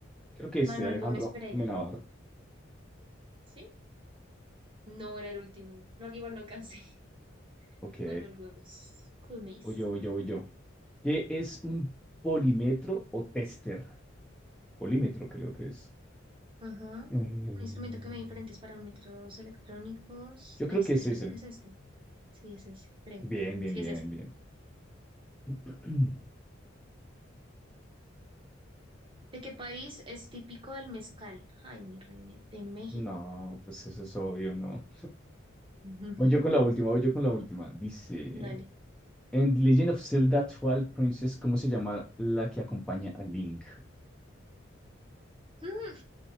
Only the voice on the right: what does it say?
Manuel
Gómez Pereira.
¿Sí? No era el último. No, aquí igual no alcancé. <laughs>
Manuel Gómez. Gómez.
Ajá.
Un instrumento que mide diferentes parámetros electrónicos.
Taster,
creo que es este. Sí, es ese, creo.
Sí,
es ese.
¿De qué país es típico el mezcal? Ay, mi reina, de México.
<laughs>
Dale.
Mm,